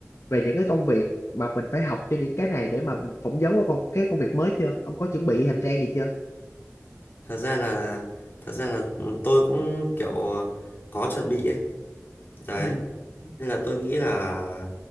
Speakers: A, on the left; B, on the left.
A: về những cái công việc mà mình phải học cho những cái này để mà mình phỏng vấn qua con cái công việc mới chưa ông có chuẩn bị hành trang gì chưa
B: Thật ra là thật ra là ừ, tôi cũng kiểu có chuẩn bị ấy. Đấy,
A: ừ.
B: nên là tôi nghĩ là